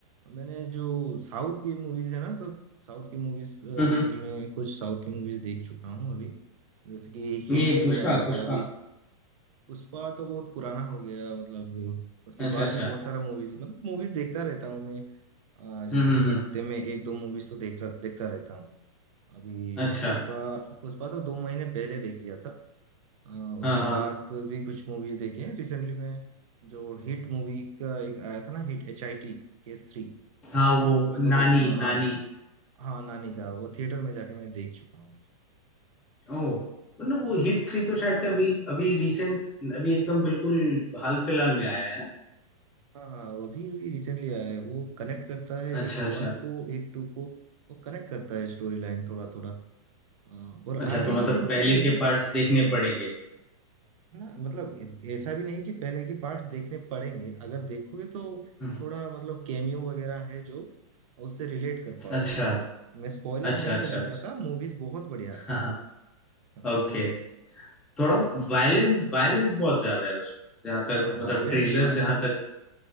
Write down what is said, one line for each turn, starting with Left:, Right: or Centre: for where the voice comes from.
Right: मैंने जो साउथ की मूवीज है ना सब साउथ की मूवीज
Centre: हम्म
Right: रिसेंटली
Centre: हम्म,
Right: मैं कुछ साउथ की मूवीज देख चुका हूँ अभी जैसे कि हिट
Centre: ये
Right: थ्री
Centre: पुष्पा
Right: आया
Centre: पुष्पा
Right: था अभी पुष्पा तो बहुत पुराना हो गया मतलब उसके
Centre: अच्छा
Right: बाद
Centre: अच्छा
Right: भी बहुत सारा मूवीज मतलब मूवीज देखता रहता हूँ मैं अ, जैसे
Centre: हम्म हम्म
Right: कि
Centre: हम्म,
Right: हफ्ते में एक दो मूवीज तो देख देखता रहता हूँ अभी
Centre: अच्छा
Right: पुष्पा पुष्पा तो दो महीने पहले देख लिया था अ, उसके
Centre: हाँ हाँ
Right: बाद भी कुछ मूवीज देखे हैं रिसेंटली में जो हिट मूवी का एक आया था ना हिट एच आई टी केस थ्री
Centre: हाँ
Right: उस
Centre: वो
Right: मूवी को
Centre: नानी
Right: देख चुका हूँ
Centre: नानी
Right: हाँ हाँ नानी का वो थिएटर में जाके मैं देख चुका हूँ
Centre: ओ मतलब वो हिट थ्री तो शायद से अभी अभी रिसेंट अभी एकदम बिल्कुल हाल फिलहाल में आया है ना
Right: हाँ हाँ वो भी अभी रिसेंटली आया है वो कनेक्ट करता है
Centre: अच्छा
Right: हिट
Centre: अच्छा
Right: वन को हिट टू को वो कनेक्ट करता है स्टोरी लाइन थोड़ा थोड़ा और
Centre: अच्छा
Right: आगे
Centre: तो
Right: भी
Centre: मतलब
Right: ये
Centre: पहले
Right: मूवी
Centre: के पार्ट्स देखने
Right: हाँ
Centre: पड़ेंगे
Right: ना मतलब ए- ऐसा भी नहीं कि पहले की पार्ट्स देखने पड़ेंगे अगर देखोगे तो
Centre: हम्म,
Right: थोड़ा मतलब कैमियो वगैरह है जो उससे रिलेट कर पाओगे
Centre: अच्छा
Right: मैं स्पॉइलर
Centre: अच्छा
Right: नहीं
Centre: अच्छा
Right: देना चाहता
Centre: अच्छा
Right: मूवीज बहुत बढ़िया
Centre: हाँ
Right: है
Centre: हाँ
Right: हाँ
Centre: ओके थोड़ा वायलेंस वायलेंस बहुत ज्यादा है उसमें जहाँ तक
Right: हाँ वायलेंस
Centre: मतलब ट्रेलर
Right: हाँ
Centre: जहाँ
Right: इस
Centre: तक